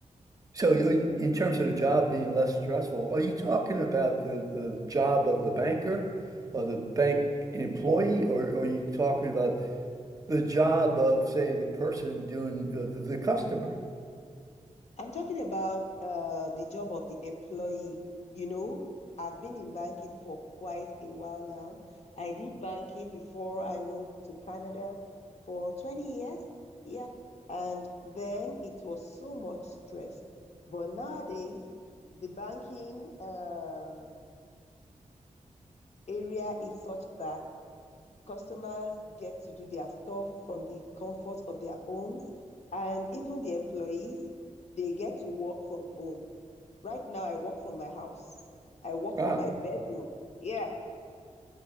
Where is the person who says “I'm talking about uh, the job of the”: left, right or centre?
Left